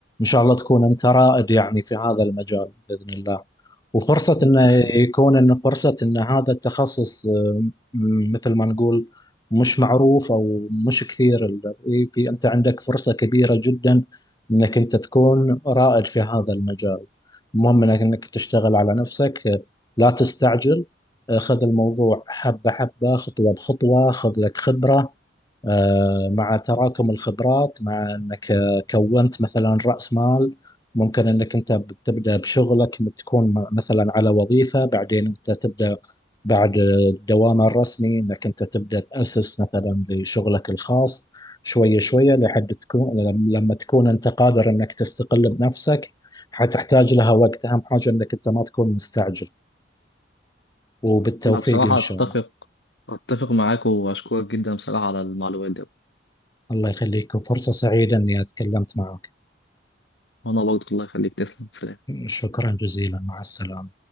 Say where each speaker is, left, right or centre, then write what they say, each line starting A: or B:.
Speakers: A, on the left; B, on the left.
A: شاء الله تكون أنت رائد يعني في هذا المجال بإذن الله وفرصة أنه
B: تسلم
A: يكون أن فرصة أن هذا التخصص آه، م- مثل ما نقول مش معروف أو مش كثير ال- إيه، في أنت عندك فرصة كبيرة جدا أنك أنت تكون رائد في هذا المجال المهم أنك أنك تشتغل على نفسك آه، لا تستعجل آه، خذ الموضوع حبة حبة خطوة بخطوة خذ لك خبرة آه، مع تراكم الخبرات مع انك آه، كونت مثلا راس مال ممكن انك انت تبدا بشغلك تكون م- مثلا على وظيفه بعدين انت تبدا بعد الدوام الرسمي انك انت تبدا تاسس مثلا لشغلك الخاص شويه شويه لحد تكون لم- لما تكون انت قادر انك تستقل بنفسك حتحتاج لها وقت اهم حاجه انك انت ما تكون مستعجل وبالتوفيق
B: انا بصراحة
A: ان شاء
B: اتفق
A: الله
B: اتفق معاك واشكرك جدا بصراحة على المعلومات دي
A: الله يخليكم فرصه سعيده اني اتكلمت معك
B: وانا برضه الله يخليك تسلم سلام
A: شكرا جزيلا مع السلامة